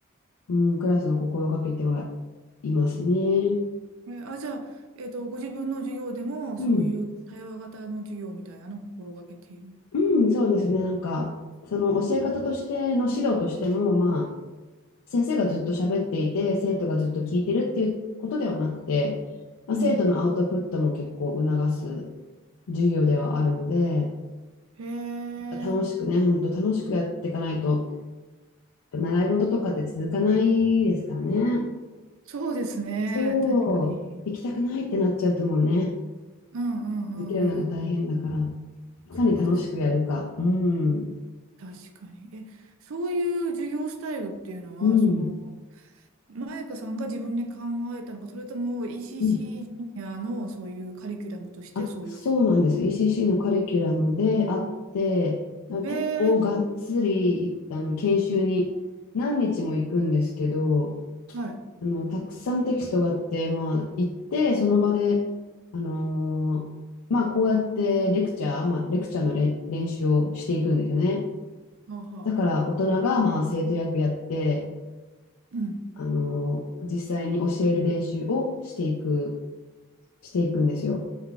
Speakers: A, on the left; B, on the right.
A: うん、クラスを心がけてはいますね。
B: うん。え、あ、じゃあ、えっと、ご自分の授業でも、
A: うん、
B: そういう対話型の授業みたいなのを心がけている。
A: うん、そうですね。なんかその教え方としての指導としても、まあ先生がずっと喋っていて、生徒がずっと聞いてるっていうことではなくて、まあ、
B: うん。
A: 生徒のアウトプットも結構促す授業ではあるので、
B: へえ。
A: 楽しくね、本当楽しくやっていかないと、習い事とかって続かないですからね。
B: そうですね。
A: そ
B: 確かに。
A: う、行きたくないってなっちゃうともうね、
B: うんうんうんうん。
A: 続けるのが大変だから、いかに楽しくやるか。
B: そうです。
A: うん、
B: 確かに。え、そういう授業スタイルっていうのは、
A: うん、
B: その、マイカさんが自分で考えたのか、それとも ECC
A: うん。
B: ジュニアのそういうカリキュラムとしてそういうふうに。
A: あ、そうなんです。ECC のカリキュラムであって、あ結構がっつりあの研修に何日も行くんですけど、
B: えーはい。
A: あのたくさんテキストがあって、まあ、行って、その場で、あのーまあ、こうやってレクチャー、まあ、レクチャーのれ練習をしていくんですよね。
B: はあ、はあ、
A: だから大人が、
B: はあ。
A: まあ、生徒役やって、
B: うん。
A: あのー実際に教える練習をしていく、していくんですよ。